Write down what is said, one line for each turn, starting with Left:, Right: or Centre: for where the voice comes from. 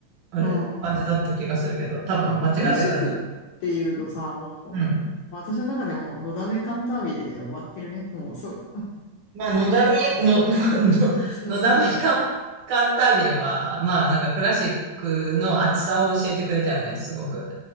Right: あれ感じだった気がするけど、
Left: ん。
Right: 多分間違ってたらちょっと。
Left: まあ、クラシックっていうとさ、もう、
Right: うん。
Left: 私の中でも、のだめカンタービレで終わってるね。もう、そう、
Right: まあ、のだめ、の、の、ののだめカン、
Left: <laughs> のだみえ。
Right: カンタービレは、まあ、なんかクラシックの厚さを教えてくれたよね、すごく。